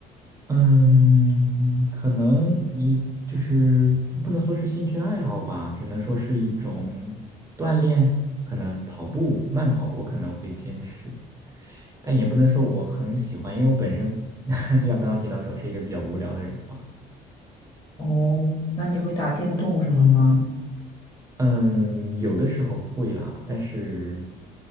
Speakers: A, on the right; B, on the left.
A: 嗯，可能一就是不能说是兴趣爱好吧，只能说是一种锻炼。可能跑步、慢跑我可能会坚持，但也不能说我很喜欢，因为我本身 <laughs> 就像刚刚提到说是一个比较无聊的人嘛。
B: 哦，那你会打电动什么吗？
A: 嗯，有的时候会啦，但是